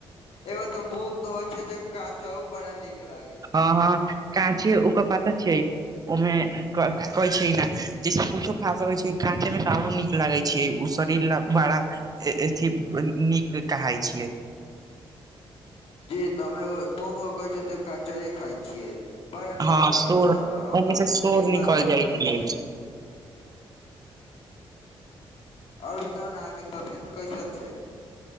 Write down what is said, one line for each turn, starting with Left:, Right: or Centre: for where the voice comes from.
Left: एगो ते मूंग होय छै जे, काचो बड़ा नीक लागे छै।
Right: हँ, हँ, काँचे ओकर पाता छै। ओमे कहे छै ने, जैसे किछो खा सकै छै, काँचे में त आरो नीक लागे छै। छीय, उ शरीर ल बड़ा अथ नीक कहे छियै।
Left: जी! तऽ हम एगो मूंगो कहै छ जे, कचह खाय छियै। बड़ा नीक
Right: हँ
Left: लागै
Right: शोर
Left: छै
Right: ओहिमे
Left: हमरा, हम तऽ
Right: से शोर
Left: कितना
Right: निकल
Left: बार
Right: जाइ
Left: खाइ
Right: छै
Left: छी। और बताउ ने, अहाँके तबियत कैसन छै?